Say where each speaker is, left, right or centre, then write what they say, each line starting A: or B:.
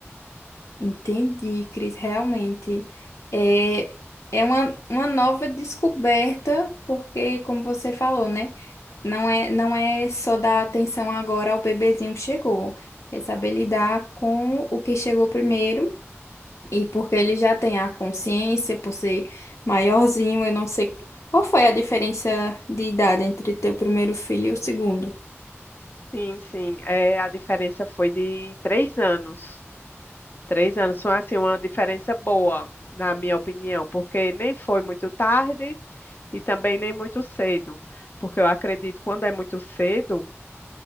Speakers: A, on the left; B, on the left.
A: Entendi, Cris, realmente. É, é uma, uma nova descoberta, porque, como você falou, né? Não é, não é só dar atenção agora ao bebezinho que chegou, é saber lidar com o que chegou primeiro E porque ele já tem a consciência, por ser maiorzinho, eu não sei qual foi a diferença de idade entre teu primeiro filho e o segundo.
B: Sim, sim, é, a diferença foi de três anos. Três anos são assim uma diferença boa, na minha opinião, porque nem foi muito tarde e também nem muito cedo, porque eu acredito que quando é muito cedo,